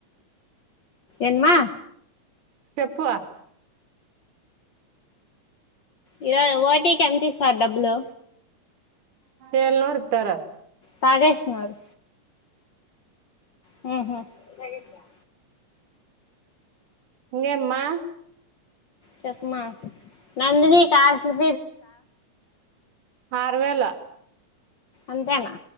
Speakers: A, on the left; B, on the right.
A: ఏన్మా
B: చెప్పువ
A: ఇ రోజు ఓటీకి ఎంత ఇస్తారు డబ్బులు
B: ఏల్ నోర్తార <unintelligible>
A: తగేష్ మరి <unintelligible>
B: ఇంగేమ్మా
A: చెప్మాకు నందిని కాసు <unintelligible>
B: ఆరువేలా
A: అంతేనా